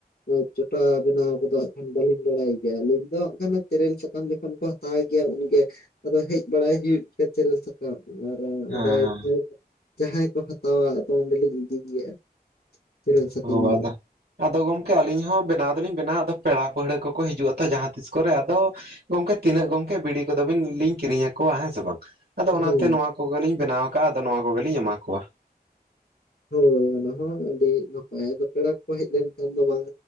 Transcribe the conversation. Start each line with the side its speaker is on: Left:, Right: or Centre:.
Left: ᱮᱸ ᱪᱚᱴᱟ ᱵᱮᱱᱟᱣ ᱠᱚᱫᱚ ᱦᱟᱸᱜ ᱠᱷᱟᱱ ᱵᱟᱹᱞᱤᱧ ᱵᱟᱲᱟᱭ ᱜᱮᱭᱟ ᱟᱹᱞᱤᱧ ᱫᱚ ᱦᱟᱸᱜ ᱠᱷᱟᱱ ᱛᱮᱨᱮᱞ ᱥᱟᱠᱟᱟᱢ ᱡᱚᱠᱷᱚᱱ ᱠᱚ ᱦᱟᱛᱟᱣ ᱜᱮᱭᱟ ᱩᱱᱜᱮ, ᱟᱫᱚ ᱦᱮᱡ ᱵᱟᱲᱟᱭ ᱦᱩᱭᱩᱜ ᱜᱮᱭᱟ ᱛᱮᱨᱮᱞ ᱥᱟᱠᱼᱼ <inaudible> ᱟᱨ ᱚᱸᱰᱮ
Right: ᱦᱮᱸ ᱦᱮᱸ
Left: ᱡᱟᱦᱟᱸᱭ ᱠᱚ ᱦᱟᱛᱟᱣᱟ ᱟᱫᱚ ᱚᱸᱰᱮᱞᱤᱧ ᱤᱫᱤᱭ ᱜᱮᱭᱟ᱾ ᱛᱮᱨᱮᱞ ᱥᱟᱠᱟᱢ
Right: ᱦᱳ
Left: ᱫᱚ
Right: ᱟᱫᱚ ᱟᱫᱚ ᱜᱚᱝᱠᱮ ᱟᱹᱞᱤᱧ ᱦᱚᱸ ᱵᱮᱱᱟᱣ ᱫᱚᱞᱤᱧ ᱵᱮᱱᱟᱣᱟ ᱟᱫᱚ ᱯᱮᱲᱟ ᱯᱟᱹᱦᱲᱟᱹ ᱠᱚᱠᱚ ᱦᱤᱡᱩᱜ ᱟᱛᱚ ᱡᱟᱦᱟᱸ ᱛᱤᱥ ᱠᱚᱨᱮ ᱟᱫᱚ ᱜᱚᱝᱠᱮ ᱛᱤᱱᱟᱹᱜ ᱜᱚᱝᱠᱮ ᱵᱤᱲᱤ ᱠᱚᱫᱚ ᱵᱤᱱ ᱞᱤᱧ ᱠᱤᱨᱤᱧ ᱟᱠᱚᱣᱟ ᱦᱮᱸ ᱥᱮ ᱵᱟᱝ᱾ ᱟᱫᱚ ᱚᱱᱟᱛᱮ
Left: ᱦᱮᱸ
Right: ᱱᱚᱣᱟ ᱠᱚᱜᱮᱞᱤᱧ ᱵᱮᱱᱟᱣ ᱟᱠᱟᱜᱼᱟ ᱟᱫᱚ ᱱᱚᱣᱟ ᱠᱚᱜᱮᱞᱤᱧ ᱮᱢᱟ ᱠᱚᱣᱟ᱾
Left: ᱦᱳᱭ ᱚᱱᱟ ᱦᱚᱸ ᱟᱹᱰᱤ ᱱᱟᱯᱟᱭ ᱟᱫᱚ ᱯᱮᱲᱟ ᱠᱚ ᱦᱮᱡ ᱞᱮᱱᱠᱷᱟᱱ ᱫᱚ ᱵᱟᱝ